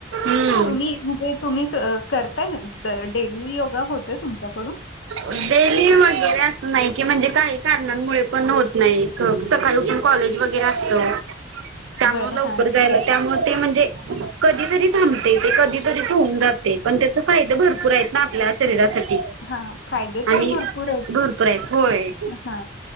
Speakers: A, on the right; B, on the left.
A: हम्म
B: तुम्ही म्हणजे तु करताय डेली योगा होतोय तुमच्याकडून?
A: डेली वगैरे असं नाही कि म्हणजे काही कारनांमुळे पण होत नाही सकाळी उठून कॉलेज वगैरे असतं. त्यामुळं
B: बरं
A: लवकर
B: हा
A: जायला त्यामुळं ते म्हणजे कधीतरी थांबतय ते कधीतरीच होऊन जा ते पण त्याच फायदं भरपूर आहेत ना आपल्या शरीरात साठी
B: हा फायदे
A: आणि
B: तर भरपूर आहेत
A: भरपूर आहेत होय.
B: हा